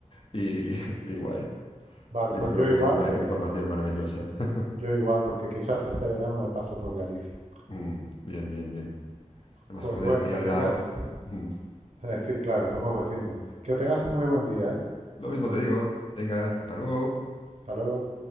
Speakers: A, on the left (about 45°); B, on the right (about 65°).
A: y, <laughs> y guay.
B: vale,
A: Y
B: pues
A: yo creo
B: yo
A: que
B: igual,
A: ha sido una
B: porque
A: información maravillosa. <laughs>
B: yo igual, porque quizás este verano me paso por Galicia.
A: Mm, bien, bien, bien. Además,
B: Pues
A: joder,
B: bueno,
A: ahí
B: que
A: al
B: tengas,
A: lado.
B: <laughs>
A: Mm,
B: eh, sí, claro, somos vecinos. Que tengas un muy buen día, ¿eh?
A: lo mismo te digo. Venga, hasta luego.
B: Hasta luego.